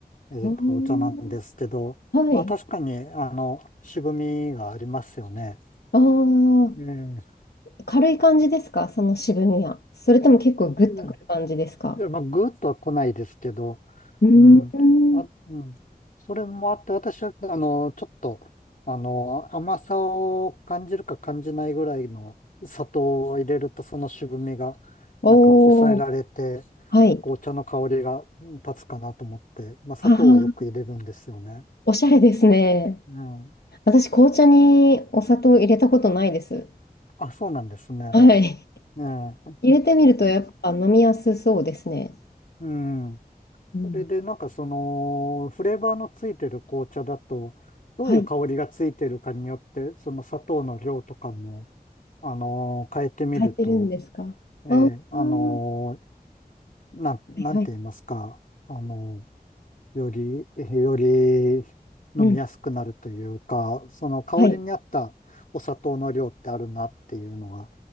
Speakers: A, on the left (about 85°); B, on the left (about 55°).
A: そう
B: えっと、お茶なんですけど、
A: はい。
B: まあ、確かに、あの、渋みがありますよね。
A: ああ。
B: え
A: 軽い感じですかその渋みは。それとも結構グッとくる感じですか
B: え、いや、まあ、ぐーっとは来ないですけど、
A: うーん。
B: うん。あ、うん。それもあって、私は、あの、ちょっと、あの、甘さを感じるか感じないぐらいの砂糖を入れると、その渋みが、
A: おー、
B: なんか抑えられて、
A: はい。
B: 紅茶の香りがうん立つかなと思って、まあ、砂糖はよく入れるんですよね。
A: はは、おしゃれですね。
B: うん。
A: 私、紅茶にお砂糖入れたことないです。
B: あ、そうなんですね。
A: はい。<laughs>
B: ねえ。
A: 入れてみると、やっぱ飲みやすそうですね。
B: うん。
A: うん。
B: それで、なんかその、フレーバーのついてる紅茶だと、どういう香りがついてるかによって、
A: はい。
B: その砂糖の量とかも、あのー変えてみると、
A: 変えてるんですかああー、
B: えーあのーなん、なんて言いますか、
A: はいはい。
B: あのーより、えーより飲みやすくなるというか、
A: うん。
B: その香りに合ったお砂糖の量ってあるなっていうのが、
A: はい。